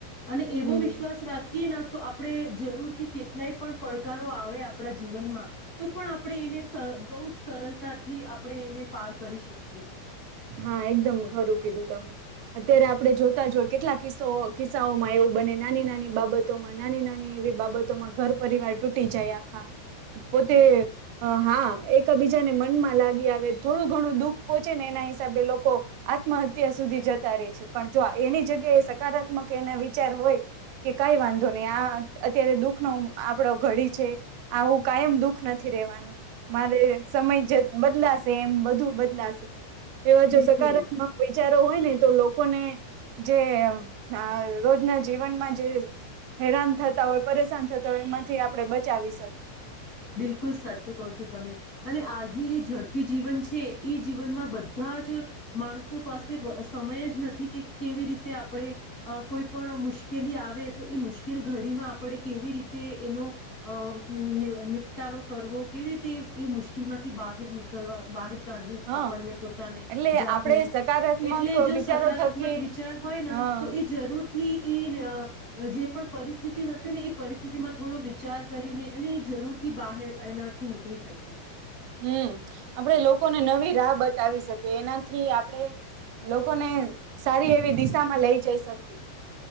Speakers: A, on the left; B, on the right.
A: અને એવો
B: હમ.
A: વિશ્વાસ રાખીએ ના તો આપ આપણે જરૂરથી કેટલાય પણ પડકારો આવે આપણા જીવનમાં તો પણ આપણે એને સ બહુ જ સરળતાથી આપ આપણે એને પાર કરી શકીએ છીએ.
B: હા એકદમ ખરું કીધું તમે અત્યારે આપણે જોતા જ હોય કેટલા કિસ્સો કિસ્સાઓમાં એવું બને નાની નાની બાબતોમાં નાની નાની એવી બાબતોમાં ઘર પરિવાર તૂટી જાય આખા. પોતે
A: બિલકુલ
B: હા એક. એકા બીજાને મનમાં લાગી આવે થોડું ઘું દુઃખ પોહોચે ને એના હી <unintelligible> લોકો આત્મહત્યા સુધી જતા રહે છે પણ જો એની જગ્યાએ એ સકારાત્મક એના વિચાર હોય કે કઈ વાંધો નહી આ અત્યારે દુખ નો આપડો ઘડી છે આવું કાયમ દુખ ન થી રેવાનું મારે સમય જ બદલાશે એમ બધું બદલાશે. એવા
A: બિલકુલ
B: જો સકારાત્મક હોય. વીચારો હોય ને તો લોકોને જે અહ રોજના જીવનમાં જે હેરાન થતા હોય પરેશાન થતા હોય એમાંથી આપણે બચાવી શકીએ.
A: બિલકુલ સાચું કહો છો તમે અને આજની જે ઝડપી જીવન છે એ જીવનમાં બધા જ માણસો પાસે સમય જ નથી કે કેવી રીતે આપણે અહ કોઈ પણ મુશ્કેલી આવે તો એ મુશ્કેલ ઘડીમાં આપણે કેવી રીતે એનો અહ નીવ <unintelligible> વિતારો કરવો કેવી રીતે એ મુશ્કેલ માંથી બહેર નીકળવા. બહેર કાઢવું
B: હા
A: આપણને પોતાને
B: એટલે
A: જાતને
B: આપણે સકારાત્મક
A: એટલે જો
B: વિચારો
A: સકારાત્મક
B: થકી
A: વિચાર હોય ના
B: હા
A: તો એ જરૂર થી ઈ અહ જે પણ પરિસ્થિતિ હશે ને એ પરિસ સ્થિતિમાં થોડો વિચાર કરીને અને એ જરૂર થી બહાર એનાથી નીકળી શકે છે.
B: હમ્મ આપડે લોકોને નવી રાહ બતાવી શકીએ એનાથી આપડે લો કોને સારી એવી દિશા. માં લઈ જઈ શકીયે